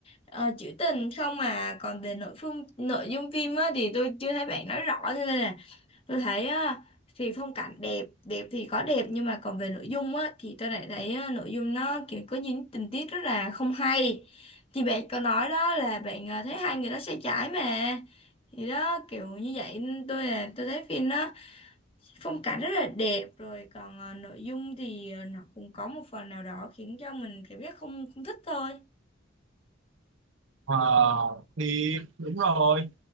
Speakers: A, on the left; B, on the right.
A: ờ, trữ tình không mà còn về nội phương nội dung phim á thì tôi chưa thấy bạn nói rõ cho nên là tôi thấy á, thì phong cảnh đẹp đẹp thì có đẹp nhưng mà còn về nội dung á thì tôi lại thấy á, nội dung nó kiểu có những tình tiết rất là không hay thì bạn có nói đó là bạn à, thấy hai người đó sai trái mà thì đó kiểu như vậy nên tôi là tôi thấy phim nó phong cảnh rất là đẹp rồi còn à, nội dung thì à, nó cũng có một phần nào đó khiến cho mình cảm giác không không thích thôi
B: Ờ, thì đúng rồi